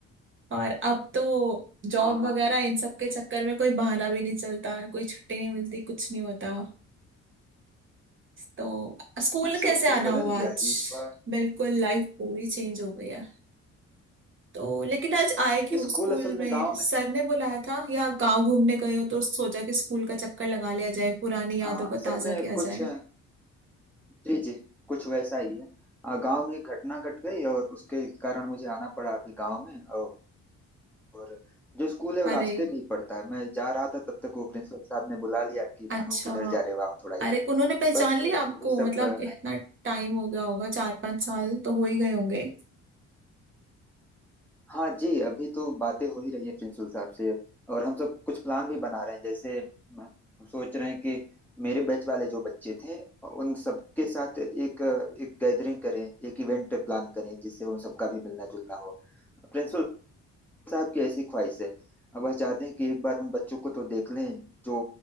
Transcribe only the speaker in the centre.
हाँ हाँ
हाँ, सब
कुछ
बदल
गया
जी वह-
स्कूल
असल में
गांव
में ही है।
हाँ,
असल
में
कुछ
जी जी कुछ वैसा ही है आ, गांव में एक घटना घट गई और उसके कारण मुझे आना पड़ा अभी गांव में और, और जो स्कूल है वो
रास्ते में ही पड़ता है मैं जा रहा था तब तक वो प्रिंसिपल साहब ने बुला लिया कि भानु
किधर जा रहे हो आओ थोड़ा इधर
बस
अ,
वही सब
अ,
हाँ जी अभी तो बातें हो ही रही है प्रिंसिपल साहब से और हम सब कुछ प्लान भी बना रहे हैं जैसे हम सोच रहे हैं कि मेरे बैच वाले जो बच्चे थे उन सबके साथ एक एक गैदरिंग करें एक इवेंट प्लान करें जिससे उन सबका भी मिलना जुलना हो प्रिंसिपल साहब की ऐसी ख्वाहिश है अब वह चाहते हैं कि एक बार उन बच्चों को तो देख लें जो